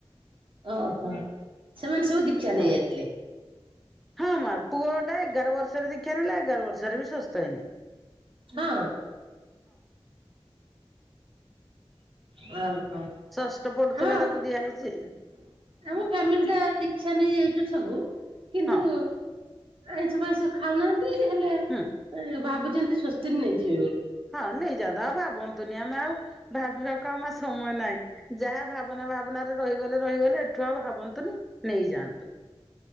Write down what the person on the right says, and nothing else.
ଓହୋ ସେମାନେ ସବୁ ଦୀକ୍ଷା ନେଇ
ଯାଇଥିଲେ
ହଁ, ହଁ, ହଁ
ଆମ
ଆମ ଫାମିଲି ଟା ଦୀକ୍ଷା ନେଇ ଯାଇଛୁ ସବୁ କିନ୍ତୁ
ଆଇଁଷ ଫାଇଁଷ ଖାଉନା। ଦିନ ହେଲେ
ଭାବୁ ଯେମିତି ସ୍ୱସ୍ତିନ ନେଇଯିବେ ବୋଲି।